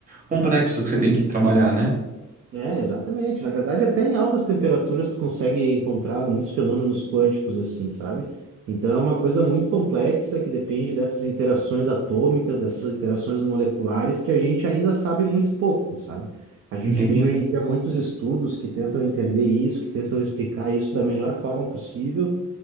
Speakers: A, on the right; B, on the right.
A: complexo que você tem que trabalhar, né?
B: é, exatamente. Na verdade, até em altas temperaturas tu consegue encontrar muitos fenômenos quânticos, assim, sabe? Então, é uma coisa muito complexa que depende dessas interações atômicas, dessas interações moleculares, que a gente ainda sabe muito pouco, sabe? A gente
A: Entende?
B: tem hoje em dia muitos estudos que tentam entender isso, que tentam explicar isso da melhor forma possível,